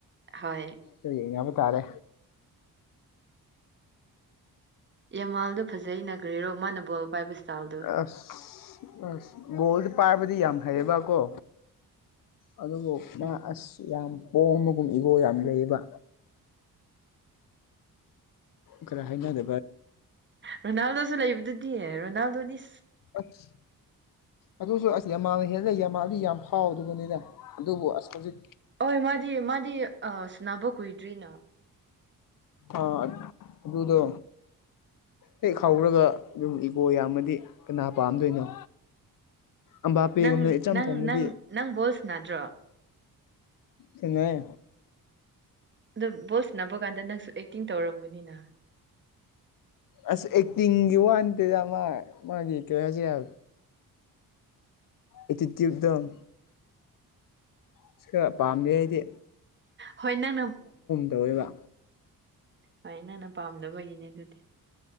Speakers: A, on the right; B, on the left.
A: ꯍꯣꯏ
B: ꯀꯔꯤ ꯍꯥꯏꯅꯕ ꯇꯥꯔꯦ
A: ꯌꯥꯃꯥꯜꯗꯣ ꯐꯖꯩꯩꯅꯈ꯭ꯔꯦꯔꯣ ꯃꯥꯅ ꯕꯣꯜ ꯄꯥꯏꯕꯁꯇꯥꯥꯎ
B: ꯑꯁ ꯑꯁ ꯒꯣꯜꯗꯤ ꯄꯥꯏꯕꯗꯤ ꯌꯥꯝ ꯍꯩꯌꯦꯕꯀꯣ ꯑꯗꯨꯕꯨ ꯃꯥ
A: ꯎꯝ
B: ꯑꯁ ꯌꯥꯝ ꯄꯣꯝꯝꯕꯒꯨꯝ ꯏꯕꯣ ꯌꯥꯝ ꯂꯩꯕ ꯈꯔ ꯍꯩꯅꯗꯕ
A: ꯔꯣꯅꯥꯜꯗꯣꯁꯨ ꯂꯩꯕꯗꯨꯗꯤ ꯔꯣꯅꯥꯜꯗꯣꯗꯤ
B: ꯑꯁ ꯑꯗꯨꯁꯨ ꯑꯁ ꯌꯥꯝꯃꯥꯅ ꯍꯦ ꯂꯩ ꯌꯥꯝꯃꯥꯗꯤ ꯌꯥꯝ ꯐꯥꯎꯗꯕꯅꯤꯅ ꯑꯗꯨꯕꯨ ꯑꯁ ꯍꯧꯖꯤꯛ
A: ꯍꯣꯏ ꯃꯥꯗꯤ ꯃꯥꯗꯤ ꯑ ꯁꯨꯕꯨ ꯀꯨꯏꯗ꯭ꯔꯤꯅ
B: ꯑ ꯑꯗꯨꯗꯣ ꯍꯦꯛ ꯈꯥꯎꯔꯒ ꯑꯗꯨꯝ ꯏꯒꯣ ꯌꯥꯝꯃꯗꯤ ꯀꯅꯥ ꯄꯥꯝꯗꯣꯏꯅꯣ ꯑꯝꯕꯥꯄꯦꯒꯨꯝꯗ
A: ꯅꯪ
B: ꯏꯆꯝ
A: ꯅꯪ
B: ꯆꯝꯕꯨꯗꯤ
A: ꯅꯪ ꯅꯪ ꯕꯣꯜꯁ ꯅꯗ꯭ꯔꯣ
B: ꯁꯥꯅꯩ
A: ꯑꯗꯣ ꯕꯣꯁꯅꯕ ꯀꯥꯟꯗ ꯅꯪꯁꯨ ꯑꯦꯛꯇꯤꯡ ꯇꯧꯔꯝꯒꯅꯤꯅ
B: ꯑꯁ ꯑꯦꯛꯇꯤꯡ ꯑꯅꯤꯖꯃ ꯃꯥꯒꯤ ꯀꯁ ꯌꯥ ꯏꯇꯤꯆꯨꯛꯇꫭ ꯑꯁ ꯈꯔ ꯄꯥꯝꯖ ꯍꯥꯏꯗꯤ
A: ꯍꯣꯏ ꯅꯪꯅ
B: ꯇꯧꯋꯦꯕ
A: ꯍꯣꯏ ꯅꯪꯅ ꯄꯥꯝꯗꯕꯒꯤꯅꯦ ꯑꯗꯨꯗꯤ